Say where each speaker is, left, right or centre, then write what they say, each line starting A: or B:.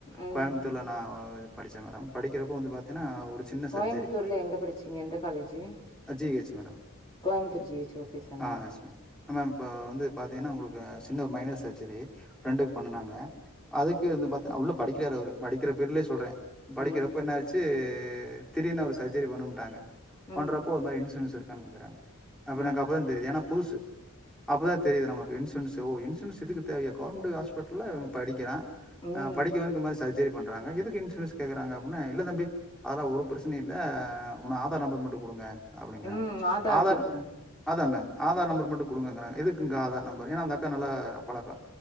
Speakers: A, on the left; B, in the centre.
A: ம்
B: கோயம்புத்தூர்ல நா படிச்ச மேடம் படிக்கிறப்ப வந்து பாத்தீன்னா ஒரு சின்ன
A: கோயம்புத்தூர்ல
B: சர்ஜரி
A: எங்க படிச்சீங்க எந்த college
B: G H madam
A: Coimbatore G H okay சார்
B: ஆ எஸ் மேம் மேம் இப்போ வந்து பாத்தீங்கன்னா உங்களுக்கு சின்ன ஒரு மைனர் சர்ஜரி ஃப்ரெண்டுக்கு பண்ணுனாங்க அதுக்கு வந்து பாத்தன்னா உள்ள படிக்கிறாரு அவரு படிக்கிற பிரீடுலே சொல்றே படிக்கிறப்ப
A: ம்
B: என்ன ஆச்சு வந்து திடீர்னு ஒரு சர்ஜரி பண்ணம்டாங்க
A: ம்
B: பண்றப்போ ஒருமாரி இன்சூரன்ஸ் இருக்கானு கேக்கறாங்க நம்மளுக்கு
A: ம்
B: அப்றோ தா தெரிது ஏன்னா புதுசு அப்போதா தெரிது நமக்கு இன்சூரன்ஸ் ஓ இன்சூரன்ஸ் இதுக்கு தேவையா கவர்மெண்ட்டு ஹாஸ்பிட்டல படிக்கிறா
A: ம்
B: படிக்கவனுக்கு இ மாரி சர்ஜ் ஜரி பண்றாங்க எதுக்கு இன்சூரன்ஸ் கேக்குறாங்க அப்டுன்னா இல்ல தம்பி அதெல்லா ஒரு பிரச்சனையு இல்ல உன்ன ஆதார் நம்பர் மட்டு குடுங்க அப்டிங்கறாங்க
A: ம்
B: ஆதார்
A: கேக்குறாங்க
B: அதான் மேம் ஆதார் நம்பர்
A: ம்
B: மட்டும் குடுங்கங்கறாங்க எதுக்குங்க்கா ஆதார் நம்பர் ஏன்னா அந்த அக்கா நல்லா பழக்கொ